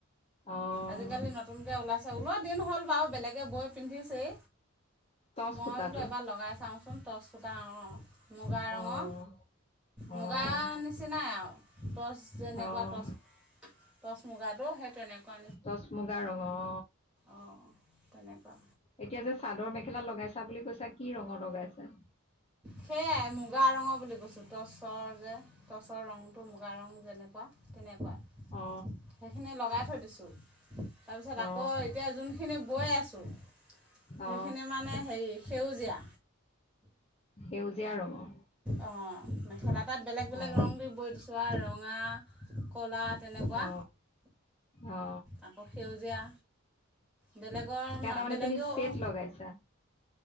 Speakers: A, on the left (about 30°); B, in the centre.
A: অ',
B: আজিকালি নতুনকে ওলাইছে ওলত দিন হ'ল বাও, বেলেগে বৈ পিন্ধিছেই।
A: টচ
B: মই
A: সূতাটো?
B: বোলো এবাৰ লগাই চাওঁচোন টচ সূতা অ, মুগা ৰঙৰ,
A: অ',
B: মুগাৰ
A: অ',
B: নিচিনাই আউ, টচ যেনেকুৱা
A: অ'।
B: টচ, টচ মুগাটো সেই তেনেকোৱা।
A: টচ মুগা ৰঙৰ অ,
B: অঁ তেনেকুৱা
A: এতিয়া যে চাদৰ মেখ <unintelligible> লগাইছা বুলি কৈছ তাত কি ৰঙৰ লগাইছা?
B: সেয়াই মুগা <unintelligible> টচৰ যে, টৰ্চৰ ৰংটো মুগা ৰং যেনেকুৱা তেনেকুৱা।
A: অ
B: সেইখিনি লগাই থৈ দিছোঁ। তাৰপিছত
A: অ
B: আকৌ এতিয়া যোনখিনি বৈ আছোঁ সেইখিনি
A: অ
B: মানে হেৰি সেউজীয়া।
A: সেউজীয়া ৰঙৰ
B: অঁ <unintelligible> বেলেগ বেলেগ
A: অ
B: ৰং দি বৈ দিছোঁ আৰু ৰঙা, ক'লা তেনেকুৱা।
A: অ অ
B: আকৌ সেউজীয়া। বেলেগৰ
A: তাৰ তাৰ মানে
B: বেলেগেও
A: তুমি চেট লগাইছা।